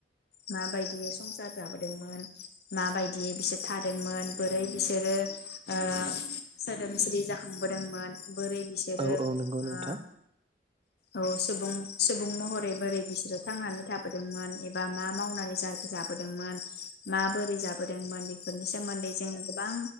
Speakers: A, on the left; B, on the right.
A: माबायदियै संसार जाबोदोंमोन, माबायदि बिसोर थादोंमोन, बोरै बिसोरो ओ सोदोमस्रि जाखांबोदोंमोन, बोरै बिसोरो
B: औ औ नंगौ नोंथां।
A: ओ औ सुबुं - सुबुं महरै बोरै बिसोरो थांनानै थाबोदोंमोन ए बा मा मावनानै जा-जाबोदोंमोन, मा बोरै जाबोदोंमोन बेफोरनि सोमोन्दै जोङो गोबां